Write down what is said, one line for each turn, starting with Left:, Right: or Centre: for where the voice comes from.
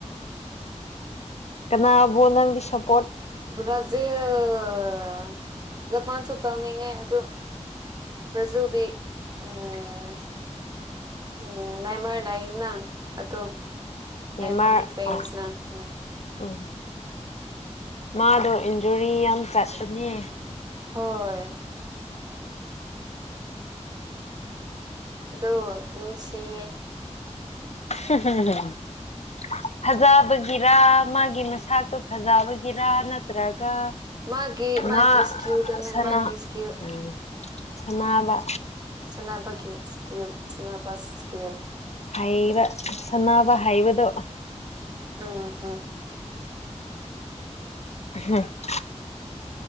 Left: ꯀꯅꯥꯕꯨ ꯅꯪ <inaudible>
Right: ꯕ꯭ꯔꯖꯤꯜ ꯃꯥꯥꯟꯁꯨ ꯇꯧꯅꯤꯡꯉꯦ ꯑꯗꯨ ꯕ꯭ꯔꯖꯤꯜꯗꯤ ꯎꯝ ꯎꯝ ꯃꯦꯏꯃꯥꯔ ꯂꯩꯌꯦꯅ ꯑꯗꯣ ꯅꯦꯏꯃꯥꯔꯒꯤ
Left: ꯅꯦꯃꯥꯔ
Right: ꯐꯦꯟꯁꯅ
Left: ꯑ
Right: ꯎꯝ
Left: ꯎꯝ ꯃꯥꯗꯣ ꯏꯟꯖꯨꯔꯤ ꯌꯥꯝ ꯆꯥꯁꯠꯅꯤ
Right: ꯍꯣꯏ ꯑꯗꯣ ꯅꯨꯡꯁꯤꯌꯦ
Left: <unintelligible> ꯐꯖꯕꯒꯤꯔ ꯃꯥꯒꯤ ꯃꯁꯛꯇꯣ ꯐꯖꯕꯒꯤꯔ ꯅꯠ ꯇ꯭ꯔꯒ
Right: ꯃꯥꯒꯤ ꯃꯥꯒꯤ
Left: ꯃꯥ
Right: ꯏꯁꯀꯤꯜꯗꯨꯅꯦ
Left: ꯁꯥꯟꯅ
Right: ꯃꯥꯒꯤ ꯏꯁꯀꯤꯜ
Left: ꯎꯝ ꯁꯥꯟꯅꯕ
Right: ꯁꯥꯟꯅꯕꯒꯤ ꯁ꯭ꯀꯤꯜ ꯁꯥꯟꯅꯕ ꯁ꯭ꯀꯤꯜ
Left: ꯍꯩꯕ ꯁꯥꯟꯅꯕ ꯍꯩꯕꯗꯣ
Right: <unintelligible> ꯑꯥ
Left: <unintelligible>